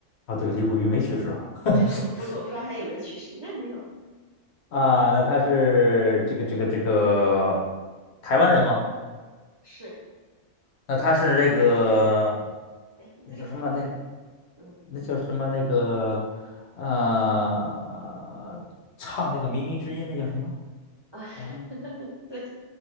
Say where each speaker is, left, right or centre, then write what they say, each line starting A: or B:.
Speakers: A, on the left (about 65°); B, on the right (about 30°).
A: 啊，对，李谷一没去世啊。<laughs>
B: <laughs> 我不我不知道他有没有去世，应该没有，
A: 啊，那他是这个这个这个台湾人吗？
B: 是，
A: 那他是这个
B: 哎，应该是台湾人，
A: 那叫什么？那叫
B: 嗯
A: 那叫什么？那个呃，唱那个《靡靡之音》那叫什么？
B: 啊，
A: 呃，
B: <laughs> 对